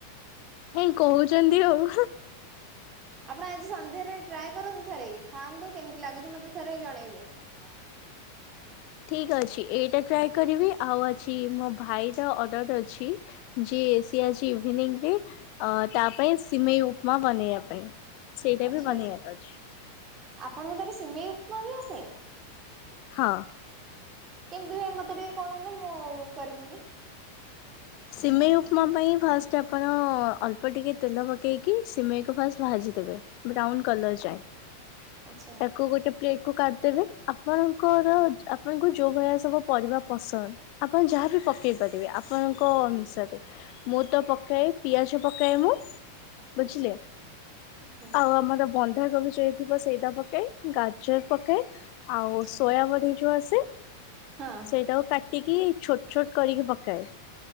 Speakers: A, on the left; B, on the right.
A: କାହିଁ କହୁଛନ୍ତି ଆଉ।
B: ଆପଣ ଆଜି ସନ୍ଧ୍ୟାରେ ଟ୍ରାଏ କରନ୍ତୁ ଥରେ, ଖାଆନ୍ତୁ କେମତି ଲାଗୁଛି ମତେ ଥରେ ଜଣେଇବେ ଥାଙ୍କୟୁ।
A: ଠିକ୍ ଅଛି ଏଇଟା ଟ୍ରାଏ କରିବି ଆଉ ଅଛି ମୋ ଭାଇର ଅର୍ଡର ଅଛି। ଛି ଯେ ସେ ଅଛି ଇଭିନିଂରେ ଅଁ ତା ପାଇଁ ସିମେଇ ଉପ ନ ବନେଇବା ପାଇଁ। ସେଇଟା
B: ଆଚ୍ଛା
A: ବି ବନେଇବାର
B: ଆଚ୍ଛା
A: ଅଛି
B: ଆପଣଙ୍କୁ ତାହେଲେ ସିମେଇ ଉପମା ବି ଆସେ?
A: ହଁ।
B: କେମିତି ହୁଏ ମତେ ଟିକେ କହୁନାହାନ୍ତି ମୁଁ କରିବି ବି। ହ <unintelligible>
A: ସିମେଇ ଉପମା ପାଇଁ ଫାଷ୍ଟ ଆପଣ ଅଳ୍ପ ଟିକେ ତେଲ ପକେଇକି ସିମେଇକୁ ଫାଷ୍ଟ ଭାଜିଦେବେ। ବ୍ରାଉନ କଲର ଯାଏ।
B: ଆଛା।
A: କୋଉ ଗୋଟେ ପ୍ଲେଟ କୁ କାଟିଦେବେ ଆପଣଙ୍କର ଯ ଆପଣ ଯୋଉ ଭଳିଆ ସବୁ ପରିବା ପସନ୍ଦ ଆପଣ ଯାହାବି ପକେଇ ପାରିବେ ଆପଣଙ୍କ କ ଅନୁସାରେ ମୁଁ ତ ପକାଏ ପିଆଜ ପକାଏ ମୁଁ। ବୁଝିଲେ
B: ଆଚ୍ଛା। ଆଚ୍ଛା
A: ଆଉ ଆମର ବନ୍ଧାକୋବି ଯେତ ଥିବ ସେଇଟା ପକାଇ ଗାଜର ପକାଏ ଆଉ
B: ଆଚ୍ଛା
A: ସୋୟାବଡି ଯୋଉ ଆସେ
B: ହଁ
A: ସେଇଟାକୁ କାଟିକି ଛୋଟ ଛୋଟ କରିକି ପକାଏ।